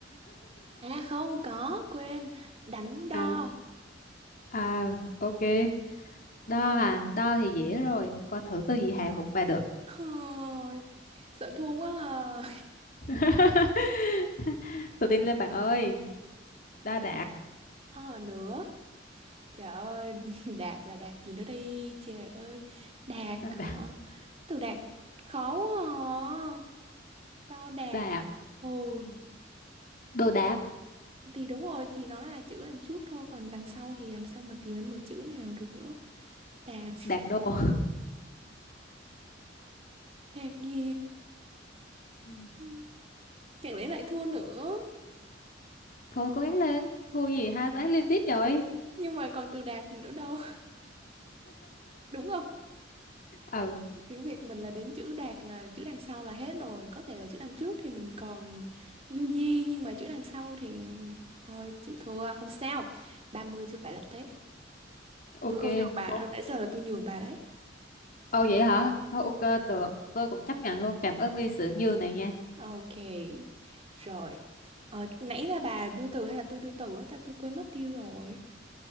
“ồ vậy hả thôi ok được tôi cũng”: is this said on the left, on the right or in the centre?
Left